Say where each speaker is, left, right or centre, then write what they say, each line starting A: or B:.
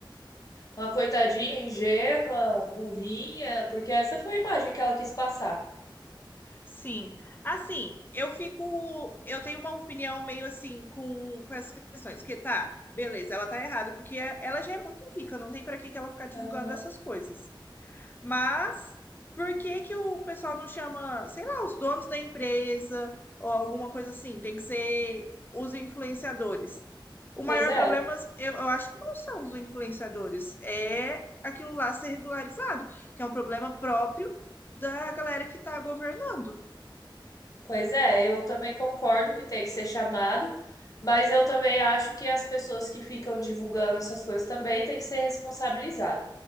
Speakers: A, on the left; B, on the left.
A: Uma coitadinha ingênua, burrinha, porque essa foi a imagem que ela quis passar.
B: Sim, assim, eu fico, eu tenho uma opinião meio assim com, com essas questões, que tá, beleza, ela tá errada, porque é- ela já é muito rica, não tem pra que que ela ficar divulgando
A: Aham.
B: essas coisas. Mas por que que o pessoal não chama, sei lá, os donos da empresa ou alguma coisa assim? Tem que ser os influenciadores. O
A: Pois
B: maior
A: é,
B: problema,
A: eu-
B: eu, eu acho que não são os influenciadores, é aquilo lá ser regularizado, que é um problema próprio da galera que tá governando.
A: pois é, eu também concordo que tem que ser chamado, mas eu também acho que as pessoas que ficam divulgando essas coisas também têm que ser responsabilizadas.